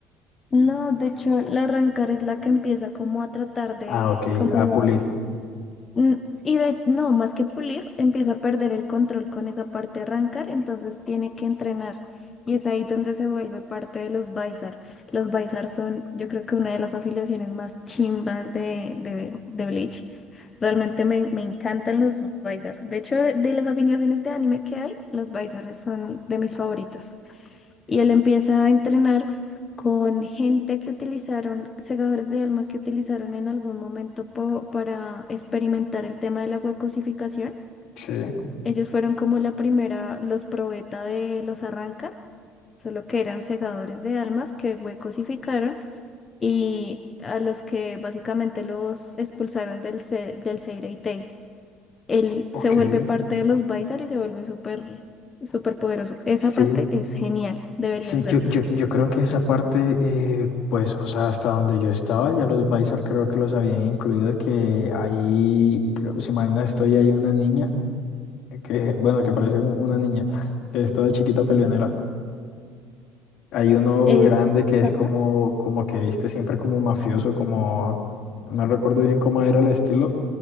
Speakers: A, on the left; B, on the left.
A: No, de hecho, la Rancor es la que empieza como a tratar de
B: Ah, ok,
A: como
B: a pulir.
A: Mm, Y de, no, más que pulir, empieza a perder el control con esa parte de arrancar, entonces tiene que entrenar. Y es ahí donde se vuelve parte de los Bizar. Los Bizar son, yo creo que una de las afiliaciones más chimbas de, de, de Bleach. Realmente me, me encantan los Bizar. De hecho, de, de las afiliaciones de anime que hay, los Bizar son de mis favoritos y él empieza a entrenar con gente que utilizaron, segadores de alma que utilizaron en algún momento po- para experimentar el tema de la huecosificación.
B: Sí,
A: Ellos fueron como la primera, los probeta de los arranca, solo que eran segadores de almas que huecosificaron y a los que básicamente los expulsaron del, se- del Seireitei. Él
B: ok.
A: se vuelve parte de los Baisar y se vuelve súper, súper poderoso. Esa
B: Sí,
A: parte es genial, deberías
B: Sí,
A: verla.
B: yo, yo, yo creo que esa parte, eh, pues, o sea, hasta donde yo estaba, ya los Bizar creo que los habían incluido, que ahí, creo, si mal no estoy, hay una niña, que, bueno, que parece un- una niña, <laughs> que es toda chiquita peleonera. Hay uno
A: Es,
B: grande que es
A: Ajá.
B: como, como que viste siempre como mafioso, como, no recuerdo bien cómo era el estilo,